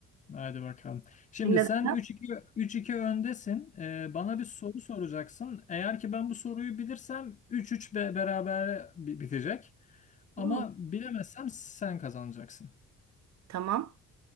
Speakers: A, on the left (about 25°); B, on the right (about 65°).
A: Haydi bakalım. Şimdi
B: Senin adın
A: sen
B: ne?
A: 3-2 3-2 öndesin. Ee, bana bir soru soracaksın. Eğer ki ben bu soruyu bilirsem 3-3 be beraber bi- bitecek.
B: Hı.
A: Ama bilemezsem sen kazanacaksın.
B: Tamam.